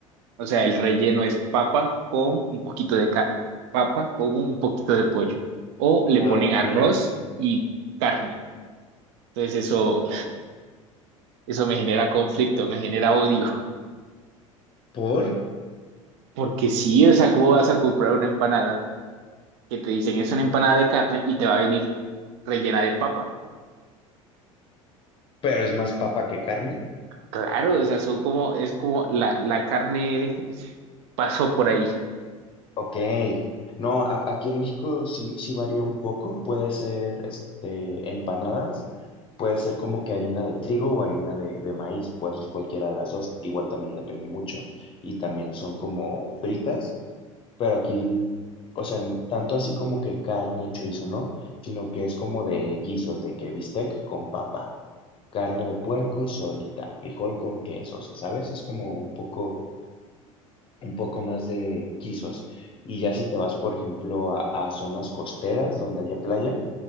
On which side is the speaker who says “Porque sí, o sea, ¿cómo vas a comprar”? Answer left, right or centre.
Right